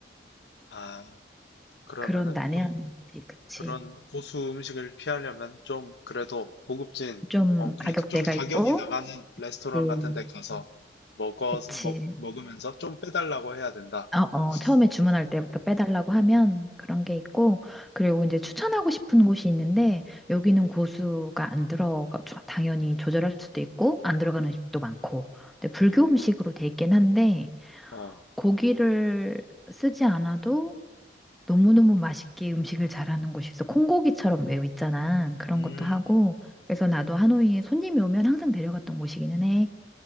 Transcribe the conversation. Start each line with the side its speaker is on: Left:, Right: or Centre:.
Left: 아. 그러면은
Centre: 그런 난해함이
Left: 좀
Centre: 있지. 그치.
Left: 그런 고수 음식을 피하려면 좀 그래도 고급진,
Centre: 좀
Left: 어, 그래도
Centre: 가격대가
Left: 좀 가격이
Centre: 있고,
Left: 나가는 레스토랑
Centre: 네.
Left: 같은 데 가서 먹어,
Centre: 그치.
Left: 먹, 먹으면서 좀 빼달라고 해야 된다.
Centre: 어, 어, 처음에 주문할
Left: 어,
Centre: 때부터 빼달라고 하면 그런 게 있고, 그리고
Left: 음,
Centre: 이제 추천하고 싶은 곳이 있는데, 여기는
Left: 음,
Centre: 고수가 안 들어가, 조- 당연히 조절할 수도 있고, 안 들어가는 집도 많고, 근데 불교
Left: 어,
Centre: 음식으로 돼 있긴 한데,
Left: 어,
Centre: 고기를 쓰지 않아도 너무너무 맛있게 음식을 잘하는 곳이 있어. 콩고기처럼 외우 있잖아. 그런
Left: 음,
Centre: 것도 하고, 그래서 나도 하노이에 손님이 오면 항상 데려갔던 곳이기는 해.